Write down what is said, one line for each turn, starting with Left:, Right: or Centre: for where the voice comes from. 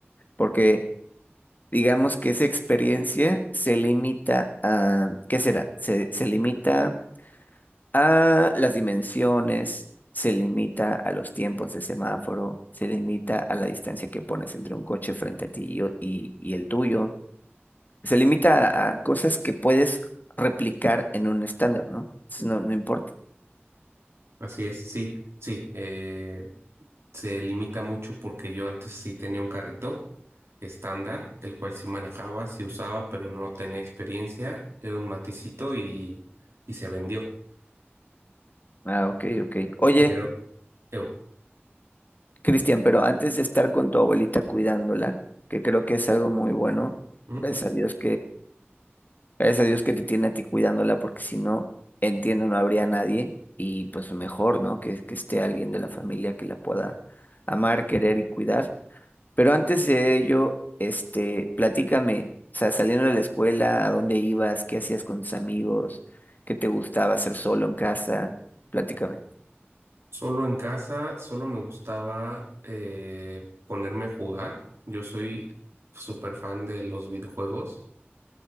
Left: porque digamos que esa experiencia se limita a, ¿qué será? Se, se limita a las dimensiones, se limita a los tiempos de semáforo, se limita a la distancia que pones entre un coche frente a ti y, o- y- y el tuyo, se limita a a cosas que puedes replicar en un estándar, ¿no? Entonces, No, no importa.
Right: así es, sí, sí. eh, se limita mucho porque yo antes sí tenía un carrito estándar, el cual sí manejaba, sí usaba, pero no tenía experiencia. Era un maticito y, y se vendió.
Left: Ah, ok, ok. Oye,
Right: Pero, eu,
Left: Cristian, pero antes de estar con tu abuelita cuidándola, que creo que es algo muy bueno,
Right: ¿mm?
Left: gracias a Dios Gracias a Dios que te tiene a ti cuidándola, porque si no, entiendo, no habría nadie. Y pues mejor, ¿no? Que, que esté alguien de la familia que la pueda amar, querer y cuidar. Pero antes de ello, este, platícame, o sea, saliendo de la escuela, ¿a dónde ibas? ¿Qué hacías con tus amigos? ¿Qué te gustaba hacer solo en casa? Platícame.
Right: Solo en casa, solo me gustaba eh, ponerme a jugar. Yo soy súper fan de los videojuegos